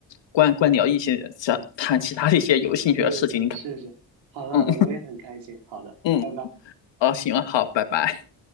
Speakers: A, on the left (about 75°); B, on the right (about 85°).
A: 关关聊一些这谈其他的一些有兴趣的事情。
B: 嗯，
A: 你看，
B: 是是，好的好的，
A: 嗯
B: 我也很开心。好的，
A: 嗯，
B: 拜拜。
A: 哦，行了，好，拜拜。